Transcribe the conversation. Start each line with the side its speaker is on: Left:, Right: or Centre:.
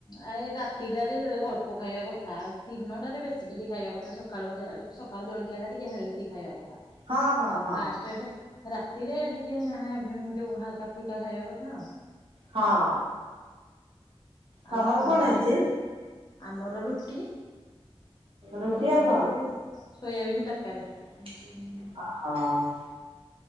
Left: ଆ ଏଇ ରାତିଟାରେ ଅଳ୍ପ ଖାଇବା କଥା ଦିନଟାରେ ବେଶୀ ଟିକେ ଖାଇବା କଥା ସକାଳୁ ଯାହା ହେଲେ ସକାଳୁ ଜଳଖିଆଟା ଟିକେ ହେଲ୍ଦି ଖାଇବା କଥା
Right: ହଁ ହଁ
Left: ଆଉ
Right: ହଁ
Left: ଫାଷ୍ଟ ଟେଟ୍‌ ରାତିରେ ଟିକେ ଯୋଉ ହାଲକା ଫୁଲକା ଖାଇବା କଥା।
Right: ହଁ। ତମର
Left: ଆଉ ଆପଣକଂ
Right: କଣ
Left: ଆଡେ
Right: ହେଇଛି?
Left: ଆମର ରୁଟି।
Right: ରୁଟି
Left: ତୋ
Right: ଆଉ
Left: ଆମର ସୋୟାବିନ୍ ତରକାରୀ।
Right: ହଁ।